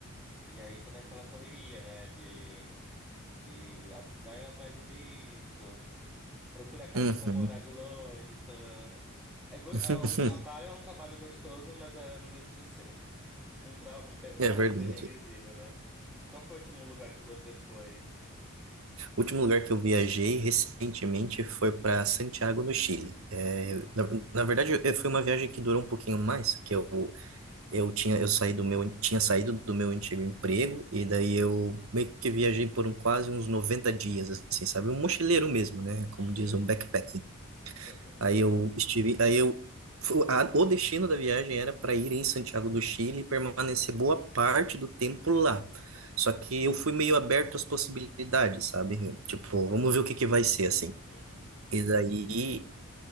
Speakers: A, in the centre; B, on the right.
A: E aí tô naquela correria, né, de de a- vai atrás de visto, procura casa
B: uhum.
A: para morar de longe, tô É, go-
B: <laughs>
A: é um trabalho, é um trabalho gostoso, mas é, não deixa de ser <laughs> um, tra... um, pe- um
B: É
A: certo
B: verdade.
A: perrenguezinho, né? Qual foi o último lugar que você foi?
B: O último lugar que eu viajei recentemente foi para Santiago, no Chile. É, na, na verdade, eh, foi uma viagem que durou um pouquinho mais, que eu eu tinha eu saí do meu tinha saído do meu antigo emprego e daí eu meio que viajei por um quase uns 90 dias assim, sabe? Um mochileiro mesmo, né? Como
A: Uhum,
B: diz um backpacking.
A: <laughs>
B: Aí eu estive, aí eu fu- a- o destino da viagem era para ir em Santiago do Chile e permanecer boa parte do tempo lá. Só que eu fui meio aberto às possibilidades, sabe? Eu, Tipo, vamos ver o que que vai ser assim.
A: uhum,
B: E daí